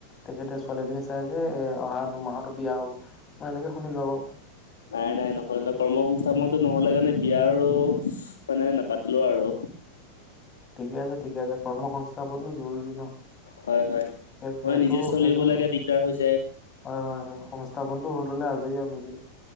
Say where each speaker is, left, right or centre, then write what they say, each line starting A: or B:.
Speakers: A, on the left; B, on the left.
A: তেখেতে ছোৱালীজনী চাই যে এ অহা দুমাহতো বিয়া হব মই এনেকে শুনিলো আকৌ
B: নাই নাই নহলে কৰ্ম সংস্থাপনো নহলে কাৰণে বিয়ো মানে নাপাতিলো আৰু
A: ঠিকে আছে ঠিকে আছে কৰ্ম সংংস্থাপনো জৰুৰী ন
B: হয় হয়
A: সেই সেইটো
B: হয় নিজে চলিবলৈকে
A: সেইটো
B: দিগদাৰ হৈ যায়।
A: হয় হয় হয় সংস্থাপনটো হ'ল হলে আজৰি নিজে